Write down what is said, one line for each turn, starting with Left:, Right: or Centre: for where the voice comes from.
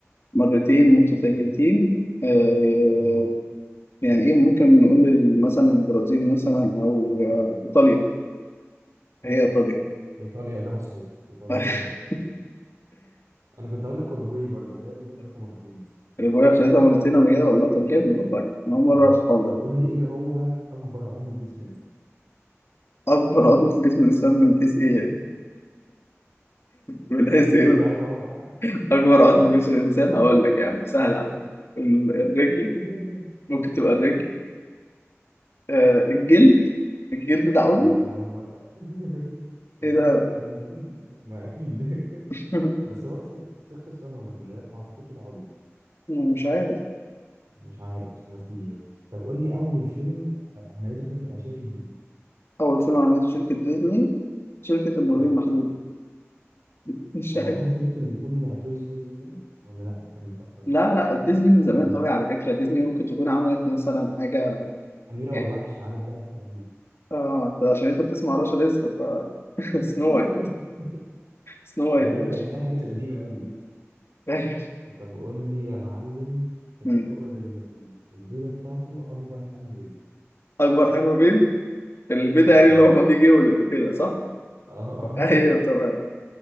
Left: مرتين متتاليتين آه
Right: اه
Left: يعني ايه ممكن نقول لل- مثلا البرازيل مثلا او آه، ايطاليا هي ايطاليا
Right: ايطاليا اجابه صحيحه ايطاليا
Left: <laughs>
Right: اجابه صح انا كنت اقول لك اوروجواي برضه ازاي اوروجواي خدتها مرتين بس
Left: الرجوله خدتها مرتين قبل كده والله طب جامد والله انا اول مره
Right: آه.
Left: اعرف الحوار ده
Right: طب قول لي ايه هو اكبر عضو في جسم الانسان
Left: اكبر عضو في جسم الانسان من حيث ايه
Right: <laughs>
Left: يعني؟ من حيث ايه
Right: مش عارف اوضح
Left: اكبر عضو في جسم الانسان هقول لك يعني سهل على فكره ال- الرجل
Right: <laughs>
Left: ممكن تبقى الرجل آه الجلد الجلد ده عضو
Right: دي انا اول مره <laughs> ما
Left: ايه
Right: هي
Left: ده
Right: يعني المفروض ما اكيد <laughs>
Left: <laughs>
Right: بس هو اسم صيغه السؤال غلط لان ده ما اعتقدش ده عضو
Left: يعني مش عارف
Right: مش عارف عشان ما افتيش بس طب قول لي اول فيلم آه، عملته فيلم آه، شركه ديزني
Left: أول فيلم عملته شركة ديزني شركة المرورين
Right: اه
Left: المحدودة <laughs> مش
Right: انا
Left: عارف
Right: حاسس ممكن يكون توي ستوري مثلا ولا لا ده كان متاخر
Left: لا
Right: باين
Left: لا ديزني من زمان
Right: او
Left: قوي على فكرة ديزني ممكن تكون عملت مثلا حاجة
Right: اميره
Left: يعني
Right: والوحش عارف بقى الحاجات دي
Left: اه انت عشان انت بتسمع رشا رزق ف <laughs> سنو
Right: <laughs>
Left: وايت سنو وايت
Right: انا
Left: يا
Right: بقى
Left: باشا
Right: هتلاقي الحاجات القديمه قوي دي
Left: <laughs>
Right: طب قول لي يا معلم الطائر
Left: مم.
Right: اللي اللي البيضة بتاعته أكبر حجم بيض
Left: أكبر حاجة في البيت البيضة يعني
Right: اه
Left: اللي هو ما بيجي يولد وكده صح؟
Right: اه اه
Left: <laughs>
Right: اه
Left: أيوه تمام